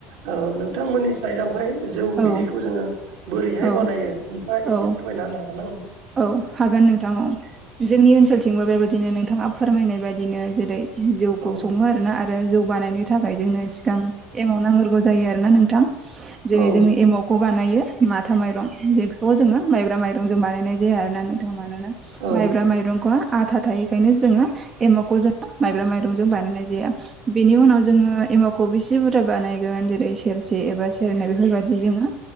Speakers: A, on the right (about 75°); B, on the right (about 35°).
A: औ नोंथांमोननि साइडआवहाय जौ
B: औ
A: बिदैखौ जोङो बोरैहाय
B: औ
A: बानायो नोंथाङा एसे
B: औ
A: फोरमायना हागोन आं
B: औ हागोन नोंथां औ जोंनि ओनसोलथिंबो बेबायदिनो नोंथ नोंथाङा फोरमायनाय बायदिनो जेरै जौखौ
A: औ
B: सङो आरोना आरो आरो जौगानायनो थाखाय जोंनो सिगां एमाव नांग्रोगौ जायो आरोना नोंथां जेरै
A: औ
B: जोङो एमावखौ बानायो माथा माइरं जेखौ जोङो माइब्रा माइरंजों बानायनाय जायो जे आरोना नोंथां मानोना
A: औ
B: माइब्रा माइरंखौ आथा थायैखायनो जोङो एमाखौ जोङो माइब्रा माइरंजों बानायनाय जाया बेनि उनाव जोङो एमावखौ बेसे बुरजा बानायगोन जेरै सेरसे एबा सेरनै बेफोरबाददि जोङो